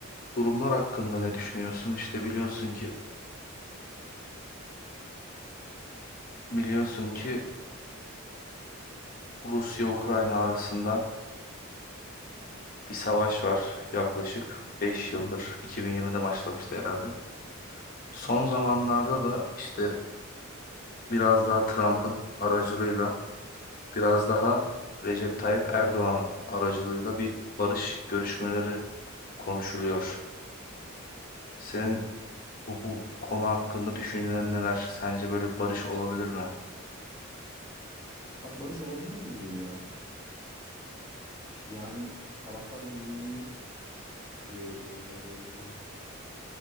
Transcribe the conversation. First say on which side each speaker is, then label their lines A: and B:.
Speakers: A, on the left; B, on the right.
A: durumlar hakkında ne düşünüyorsun? İşte biliyorsun ki Biliyorsun ki Rusya-Ukrayna arasında bir savaş var yaklaşık beş yıldır
B: Hı hı.
A: 2020'de başlamıştı herhalde. Son zamanlarda da işte biraz daha Trump'ın aracılığıyla biraz daha Recep Tayyip Erdoğan'ın aracılığıyla bir barış görüşmeleri konuşuluyor. Senin bu, bu konu hakkında düşüncelerin neler? Sence böyle barış olabilir mi?
B: Abi barış olabilir gibi duruyor ya. Yani taraflar birbirini eee,